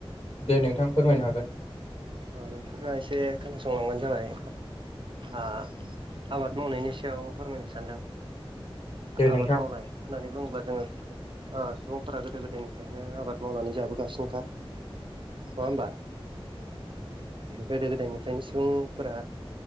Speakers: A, on the left; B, on the right.
A: दे नोंथां फोरमायनो हागोन
B: औ नोंथा एसे खोनासंलांबानो जाबाय आं आबाद मावनायनि सायाव फोरमायनो सानदों
A: दे नोंथां।
B: आबाद मावनाय होननानै बुङोब्ला जों ओ सुबुंफोरा गोदो गोदायनिफ्रायनो आबाद मावनानै जाबोगासिनोखा नङा होमबा गोदो गोदायनिफ्रायनो सुबुंफोरा